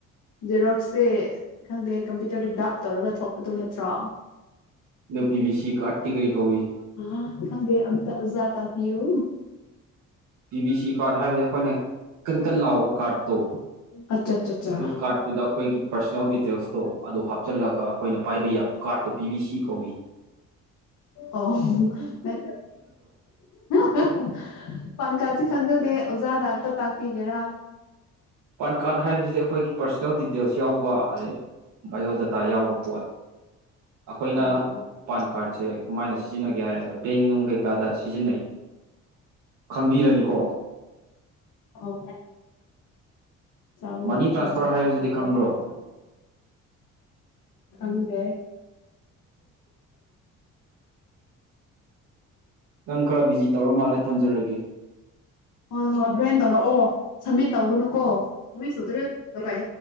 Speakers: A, on the left; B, on the right.
A: ꯖꯦꯔꯣꯛꯁꯦ ꯈꯪꯗꯦ ꯀꯝꯄ꯭ꯌꯨꯇꯔꯗꯣ ꯗꯥꯛ ꯇꯧꯔꯒ ꯊꯣꯛꯄꯗꯣ ꯅꯠꯇ꯭ꯔꯣ
B: ꯑꯗꯨ ꯄꯤ ꯕꯤ ꯁꯤ ꯀꯥꯔꯠꯇꯤ ꯀꯔꯤ ꯀꯧꯏ
A: ꯑ ꯈꯪꯗꯦ ꯑꯝꯇ ꯖꯥꯠ ꯇꯥꯛꯄꯤꯌꯨ
B: ꯄꯤ ꯕꯤ ꯁꯤ ꯀꯥꯔꯠ ꯍꯥꯏꯕꯗꯤ ꯑꯩꯈꯣꯏꯅ ꯀꯟ ꯀꯟ ꯂꯥꯎꯕ ꯀꯥꯔꯠꯇꯣ
A: ꯑꯠꯆꯥ ꯑꯠꯆꯥ ꯑꯠꯆꯥ
B: ꯑꯗꯨ ꯀꯥꯔꯠꯇꯨꯗ ꯑꯩꯈꯣꯏꯒꯤ ꯄꯥꯔꯁꯣꯅꯦꯜ ꯗꯤꯇꯦꯜꯁꯇꯣ ꯑꯗꯨ ꯍꯥꯞꯆꯤꯜꯂꯒ ꯑꯩꯈꯣꯏꯅ ꯄꯥꯏꯕ ꯌꯥꯕ ꯀꯥꯔꯠꯇꯣ ꯄꯤꯕꯤꯁꯤ ꯀꯧꯋꯤ
A: ꯑꯣ ꯍ ꯍꯍ ꯄꯥꯟ ꯀꯥꯔꯠꯁꯦ ꯈꯪꯖꯗꯦ ꯑꯣꯖꯥꯅ ꯑꯝꯇ ꯇꯥꯛꯄꯤꯒꯦꯔꯥ
B: ꯄꯥꯟ ꯀꯥꯔꯠ ꯍꯥꯏꯕꯁꯤꯗꯤ ꯑꯩꯈꯣꯏꯒꯤ ꯄꯔꯁꯣꯅꯦꯜ ꯗꯤꯇꯦꯜꯁ ꯌꯥꯎꯕ ꯑꯗꯩ ꯕꯥꯏꯑꯣꯗꯥꯇꯥ ꯌꯥꯎꯕ ꯄꯣꯠ ꯑꯩꯈꯣꯏꯅ
A: ꯑꯣ
B: ꯄꯥꯟ ꯀꯥꯔꯠꯁꯦ ꯀꯃꯥꯏꯅ ꯁꯤꯖꯤꯟꯅꯒꯦ ꯍꯥꯏꯕꯗ ꯕꯦꯡ ꯅꯨꯡ ꯀꯩꯀꯥꯗ ꯁꯤꯖꯤꯟꯅꯩ ꯈꯪꯕꯤꯔꯅꯤꯀꯣ
A: ꯑꯣ <unintelligible>
B: ꯃꯅꯤ ꯇ꯭ꯔꯥꯟꯁꯐꯔ ꯍꯥꯏꯕꯁꯤꯗꯤ ꯈꯪꯕ꯭ꯔꯣ
A: ꯈꯪꯗꯦ <inaudible>
B: ꯅꯪ ꯈꯔ ꯕꯤꯖꯤ ꯇꯧꯔ ꯃꯥꯜꯂꯦ ꯊꯝꯖꯔꯒꯦ
A: ꯍꯣꯏ ꯍꯣꯏ ꯍꯦꯟ ꯇꯧꯔꯛꯑꯣ ꯁꯝꯃꯤꯠ ꯇꯧꯒꯅꯨ ꯀꯣꯃꯤꯠ ꯁꯨꯗ꯭ꯔꯦ ꯀꯥꯏ